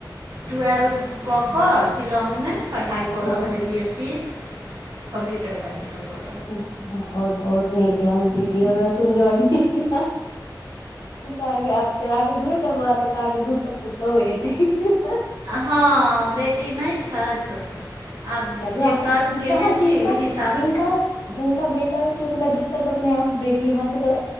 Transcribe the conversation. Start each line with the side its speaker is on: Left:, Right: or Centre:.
Right: ट्वेल् कऽ कऽ शिलांग मे पढ़ाइ कऽ
Left: हँ
Right: रहल अइ B S C. Computer science सऽ।
Left: बहुत बहुत नीक है दीदी हमरा सुनंगे ब। अहां के दूएटा बौआऽ तब त अहां के दू टा पुतहु एथिन।
Right: हां बेटी नहि छैथ। आब
Left: चलू अहाँ
Right: जे कर्म कयने
Left: कहाँ जिनका
Right: छी ओहि हिसाब
Left: जिनका
Right: सऽ।
Left: जिनका बेटा होइ छैय हुनका दूटा त अपने आप बेटी अहां के त